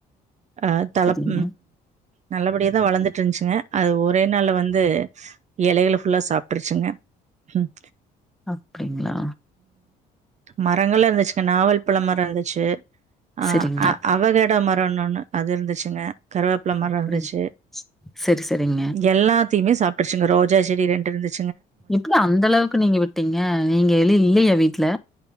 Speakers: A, on the right; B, in the centre.
A: ஆ தலப்
B: <inaudible>
A: நல்லபடியேதா வளந்துட்ருந்துச்சுங்க அது ஒரே நாள்ல வந்து எலைகள ஃபுல்லா சாப்டுருச்சுங்க ம்
B: அப்படிங்ளா
A: மரங்கலா இருந்துச்சுங்க நாவல் பழ மரோ இருந்துச்சு ஆ
B: சரிங்க.
A: அ அவகேடா ம <unintelligible> ஒன்னு அது இருந்துச்சுங்க கருவேப்பில மரோ
B: அப்படி
A: இருந்துச்சு
B: சரி, சரிங்க.
A: எல்லாத் திமே சாப்டுச்சுங்க ரோஜா செடி ரெண்டு இருந்துச்
B: எப்படி அந்த அளவுக்கு நீங்க விட்டீங்க நீங்க எலு இல்லையா வீட்ல